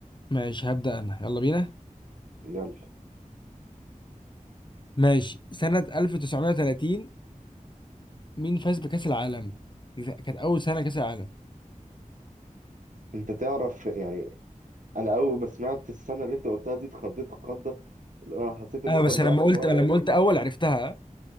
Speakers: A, on the left (about 35°); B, on the right (about 65°).
A: ماشي هبدأ انا يلا بينا
B: يلا
A: ماشي سنة 1930 مين فاز بكأس العالم دي كانت اول سنة كأس العالم
B: انت تعرف يعني انا اول ما سمعت السنة اللي انت قلتها دي اتخضيت خضة اللي هو حسيت ان
A: اه
B: انت
A: بس
B: رجعت
A: لما قلت
B: لورا
A: لما
B: قوي
A: قلت اول عرفتها